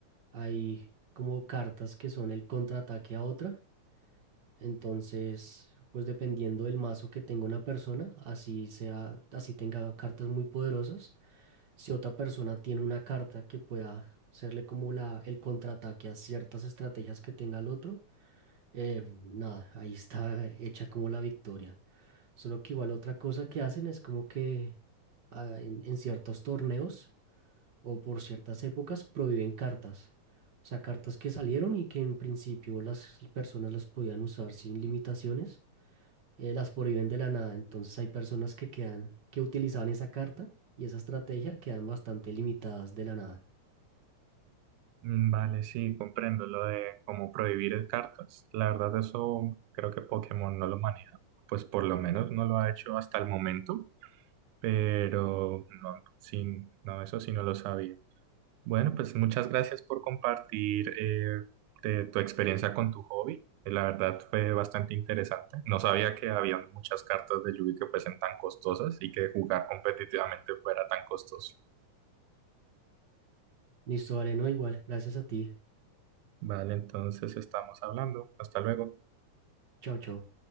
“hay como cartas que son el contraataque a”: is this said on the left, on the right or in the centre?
Right